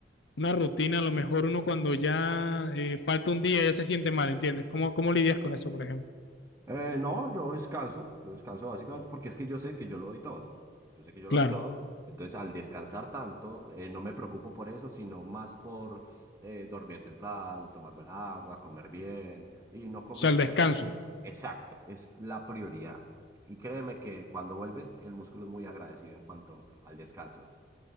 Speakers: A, on the left; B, on the right.
A: una rutina, a lo mejor uno cuando ya eh, falta un día ya se siente mal, ¿entiendes? ¿Cómo, cómo lidias con eso, por ejemplo?
B: Eh, no, yo descanso, yo descanso básicamente porque es que yo sé que yo lo doy todo, yo sé que yo
A: Claro,
B: lo doy todo,
A: o
B: entonces al descansar tanto, eh, no me preocupo por eso, sino más por eh, dormir temprano, tomar buena agua, comer bien y no comer.
A: sea, el descanso,
B: Exacto, es la prioridad. Y créeme que cuando vuelves, el músculo es muy agradecido en cuanto al descanso.